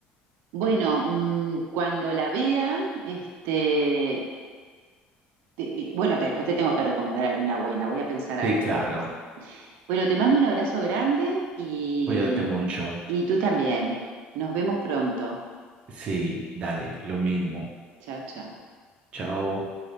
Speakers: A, on the right (about 80°); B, on the right (about 35°).
A: Bueno, mm, cuando la vea, este, te- bueno, te- después te tengo que recomendar alguna buena, voy a pensar algo
B: sí, claro,
A: después. Bueno, te mando un abrazo grande y,
B: cuídate mucho.
A: y tú también. Nos vemos pronto.
B: Sí, dale, lo mismo.
A: Chao, chao.
B: Chao.